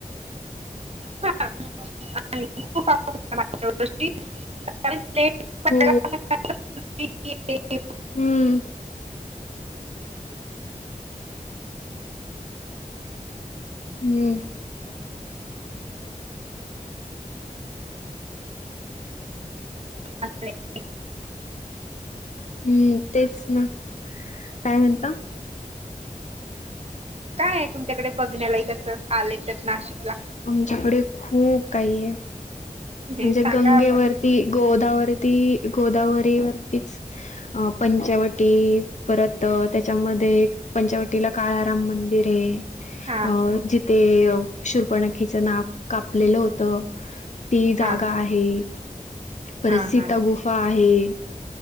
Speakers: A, on the right (about 45°); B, on the left (about 55°).
A: हां खूप सत्तावीस्ले. <unintelligible>
B: हो
A: <unintelligible>
B: हम्म <inaudible> हम्म
A: अस <unintelligible>
B: हम्म तेच ना, काय म्हणता?
A: काय आहे तुमच्याकडे बघण्या लायक असं आले तर नाशिकला?
B: आमच्याकडे खूप काही आहे.
A: हे
B: म्हणजे
A: सांगा
B: गंगेवरती
A: आम्हाला
B: गोदावरती गोदावरी वरतीच- अ पंचवटी परत त्यांच्यामध्ये, पंचवटीला काळाराम मंदिर हे.
A: हा
B: अ जिथे शुर्पणखीचं नाक कापलेलं होतं. ती जागा
A: हा
B: आहे पर
A: हा
B: सिता
A: हा
B: गुफा आहे.